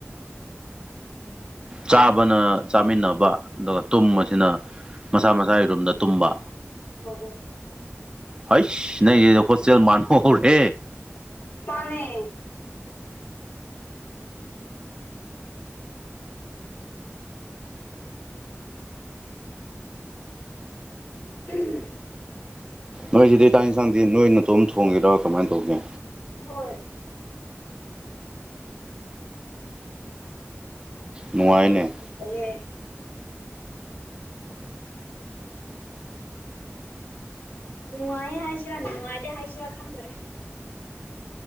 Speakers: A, on the right (about 20°); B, on the left (about 55°).
A: ꯆꯥꯕꯅ ꯆꯥꯃꯤꯟꯅꯕ ꯑꯗꯨꯒ ꯇꯨꯝꯕꯁꯤꯅ
B: ꯎꯝ
A: ꯃꯁꯥ ꯃꯁꯥꯒꯤ ꯔꯨꯝꯗ ꯇꯨꯝꯕ꯫
B: ꯍꯣꯏ꯫
A: ꯍꯩꯁ ꯅꯪꯁꯤꯗꯤ ꯍꯣꯁꯇꯦꯜ ꯃꯥꯟꯕꯍꯧꯔꯦ꯫
B: ꯃꯥꯅꯦ꯫ ꯎꯝ꯫
A: ꯅꯣꯏꯁꯤꯗꯤ ꯆꯥꯛ ꯌꯦꯟꯁꯥꯡꯗꯤ ꯅꯣꯏ ꯅꯠꯇꯣꯝ ꯊꯣꯡꯒꯦꯔꯣ ꯀꯃꯥꯏꯅ ꯇꯧꯒꯦ꯫
B: ꯍꯣꯏ꯫ ꯏꯁꯥ
A: ꯅꯨꯡꯉꯥꯏꯅꯦ
B: ꯏꯁꯥꯅ ꯊꯣꯡꯖꯩꯌꯦ꯫ ꯅꯨꯡꯉꯥꯏꯌꯦ ꯍꯥꯏꯁꯤꯔꯥ ꯅꯨꯡꯉꯥꯏꯇꯦ ꯍꯥꯏꯁꯤꯔꯥ ꯈꯪꯗ꯭ꯔꯦ꯫